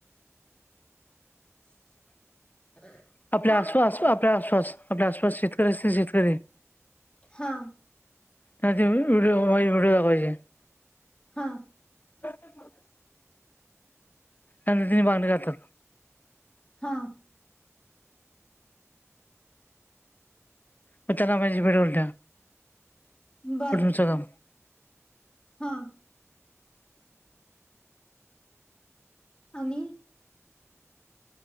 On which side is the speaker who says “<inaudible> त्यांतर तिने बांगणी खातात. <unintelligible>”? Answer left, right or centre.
Left